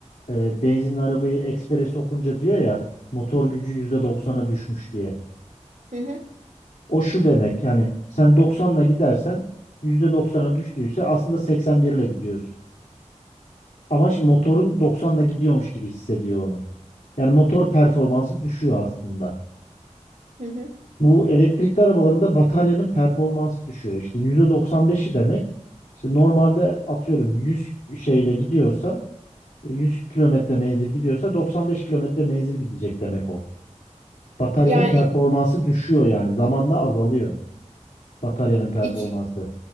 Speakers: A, on the left (about 80°); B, on the right (about 85°).
A: e, benzinli arabayı ekspere sokunca diyor ya motor gücü yüzde doksan'a düşmüş diye.
B: Hı hı
A: O şu demek yani sen 90'la gidersen %90'a düştüyse aslında 81 ile gidiyorsun. Ama şimdi motorun 90'la gidiyormuş gibi hissediyor onu. Yani motor performansı düşüyor aslında.
B: hı. hı.
A: Bu elektrikli arabalarında bataryanın performansı düşüyor. İşte %95'i demek işte normalde atıyorum 100 şeyle gidiyorsa 100 kilometre menzil gidiyorsa 95 kilometre menzil gidecek demek o. Bataryanın
B: Yani
A: performansı düşüyor yani zamanla azalıyor bataryanın performansı.
B: iki,